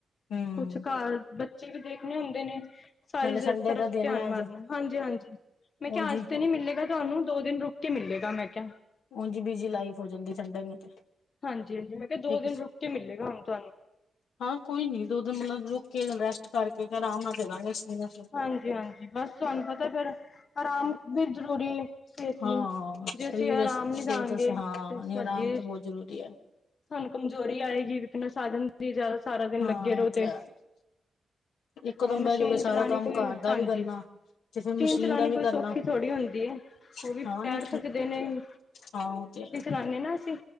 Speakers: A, on the left (about 85°); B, on the left (about 60°).
A: ਹੂੰ,
B: ਕੁੱਛ ਘਰ ਬੱਚੇ ਵੀ ਦੇਖਣੇ ਹੁੰਦੇ ਨੇ ਸਾਰੀ
A: ਨਾਲੇ
B: <unintelligible>
A: ਸੰਡੇ
B: ਤਰਫ਼
A: ਦਾ ਦਿਨ
B: ਧਿਆਨ
A: ਹੈ ਅੱਜ
B: ਮਾਰਨਾ ਹਾਂਜੀ ਹਾਂਜੀ
A: ਉੰਝ
B: ਮੈਂ ਕਿਹਾ ਅੱਜ ਤੇ ਨੀ ਮਿਲੇਗਾ ਤੁਹਾਨੂੰ ਦੋ ਦਿਨ ਰੁਕ ਕੇ ਮਿਲੇਗਾ ਮੈਂ ਕਿਹਾ
A: ਉਂਝ ਬੀਜੀ ਲਾਈਫ ਹੋ ਜਾਂਦੀ ਸੰਡੇ ਨੂੰ ਤੇ
B: ਹਾਂਜੀ ਹਾਂਜੀ ਮੈਂ ਕਿਹਾ ਦੋ
A: ਇੱਕ
B: ਦਿਨ ਰੁਕ ਕੇ ਮਿਲੇਗਾ ਹੁਣ ਤੁਹਾਨੂੰ
A: ਹਾਂ ਕੋਈ ਨੀ ਦੋ ਦਿਨ ਮਤਲਬ ਰੁਕ ਕੇ ਜਾਂ ਰੈਸਟ ਕਰਕੇ ਆਰਾਮ ਨਾਲ ਦੇਂਦਾਗੇ ਸ਼ੀਨਾ
B: ਹਾਂਜੀ ਹਾਂਜੀ ਬਸ ਤੁਹਾਨੂੰ ਪਤਾ ਹੈ ਫੇਰ ਆਰਾਮ ਵੀ ਜ਼ਰੂਰੀ ਐ ਸਿਹਤ
A: ਹਾਂ
B: ਨੂੰ ਜੇ
A: ਸਰੀਰ
B: ਅਸੀਂ ਆਰਾਮ
A: ਸਿਹਤ
B: ਨੀ ਦਾਂਗੇ
A: ਅਸਤੇ ਹਾਂ
B: ਤੇ ਸਾਡੀ
A: ਨਹੀਂ ਆਰਾਮ ਤਾਂ ਬਹੁਤ ਜ਼ਰੂਰੀ ਹੈ।
B: ਸਾਨੂੰ ਕਮਜ਼ੋਰੀ ਆਏਗੀ ਵੀਕਨੈਸ ਆ ਜਾਂਦ ਦੀ ਜਿਆਦਾ ਸਾਰਾ ਦਿਨ
A: ਹਾਂ
B: ਲੱਗੇ ਰਹੋ
A: ਇਹ
B: ਤੇ
A: ਹੈ ਇੱਕੋ
B: ਹੁਣ
A: ਦਮ
B: ਮਸ਼ੀਨ
A: ਬਹਿ ਜੋਗੇ
B: ਚਲਾਣੀ
A: ਸਾਰਾ ਕੰਮ
B: ਕੋਈ
A: ਘਰ ਦਾ
B: ਹਾਂਜੀ
A: ਵੀ ਕਰਨਾ ਤੇ ਫੇਰ ਮਸ਼ੀਨ
B: ਚਲਾਣੀ
A: ਦਾ ਵੀ
B: ਕੋਈ
A: ਕਰਨਾ
B: ਸੌਖੀ
A: ਹਾਂ
B: ਥੋੜ੍ਹੀ ਹੁੰਦੀ ਏ। ਉਹ ਵੀ
A: <unintelligible>
B: ਪੈਰ
A: ਹਾਂ‌
B: ਥੱਕਦੇ ਨੇ
A: ਉਹ‌‌ ਤੇ ਹੈ
B: <unintelligible> ਨਾ ਅਸੀਂ